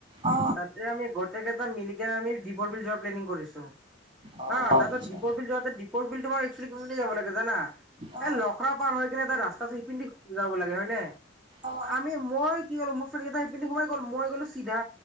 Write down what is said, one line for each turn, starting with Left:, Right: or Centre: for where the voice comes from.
Right: অ
Centre: তাতে আমি গ'ল গোটেকেইটা মিলিকে আমি দীপৰ বিল যোৱা প্লেনিং কৰিছো।
Right: অ
Centre: হা,
Right: আচ্ছা
Centre: তাৰপিছত দীপৰ বিল যাওঁতে বিলতোমাৰ <unintelligible> যাব লাগে জানা,
Right: অ
Centre: এ লখৰা পাৰ হৈ কিনে এটা ৰাস্তা আছে সেই পিনেদি যাব লাগে হয়নে?
Right: অ
Centre: আমি মই কি হ'লো ম এতিয়া <unintelligible> এইপিনেদি সোমাই গ'ল, মই গ'লো চিধা